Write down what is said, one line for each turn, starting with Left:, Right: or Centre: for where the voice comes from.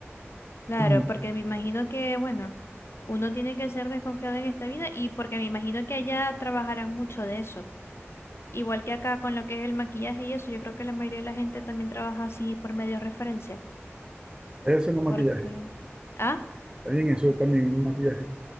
Left: claro,
Right: <clears throat>
Left: porque me imagino que, bueno, uno tiene que ser desconfiado en esta vida y porque me imagino que allá trabajarán mucho de eso. Igual que acá con lo que es el maquillaje y eso, yo creo que la mayoría de la gente también trabaja así por medio de referencia.
Right: Está haciendo maquillaje.
Left: Porque... Ah.
Right: También eso también un maquillaje.